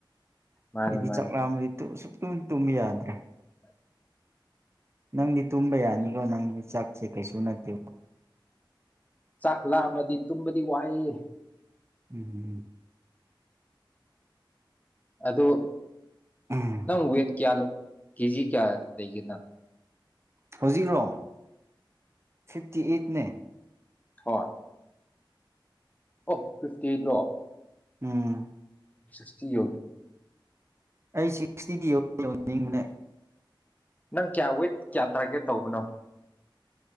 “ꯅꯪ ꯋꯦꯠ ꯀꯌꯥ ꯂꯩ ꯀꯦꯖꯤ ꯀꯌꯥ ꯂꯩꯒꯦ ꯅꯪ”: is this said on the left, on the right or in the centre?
Left